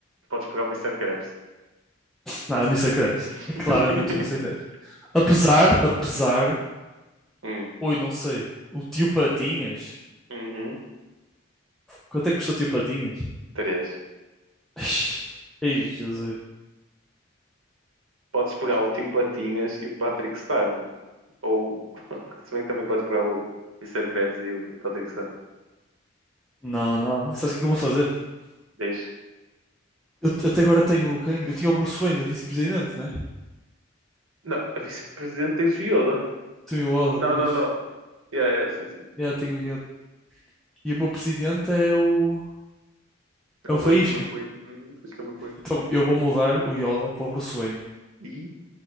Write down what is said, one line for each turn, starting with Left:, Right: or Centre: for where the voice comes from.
Right: podes pegar o Mister Krabs.
Centre: Não, é o Mr. Krabs.
Right: <laughs>
Centre: É claramente o Mr. Krabs. Apesar, apesar...
Right: hum,
Centre: Oi, não sei. O tio Patinhas.
Right: uhum,
Centre: Quanto é que custou o tio Patinhas?
Right: três.
Centre: <laughs> Ei, Jesus.
Right: Podes pegar o Tio Patinhas e o Patrick Star, mano. Ou, <laughs> se bem que também podes pegar o Mister Krabs e o, e o Patrick Star.
Centre: Não, não. Sabes o que é que eu vou fazer?
Right: Deixa.
Centre: Eu t- até agora tenho quem? Eu tinha o Bruce Wayne, a vice-presidente, né?
Right: Não, a vice-presidente tens o Yoda.
Centre: Tenho o Oda,
Right: Não,
Centre: pois.
Right: não, não. Yeah, yeah, sim, sim.
Centre: Já tenho o Yoda. E o meu presidente é o.
Right: É o
Centre: É o Faísca.
Right: Lightning McQueen. Uhum, acho que é McQueen.
Centre: Então eu vou mudar o Yoda para o Bruce Wayne.
Right: E?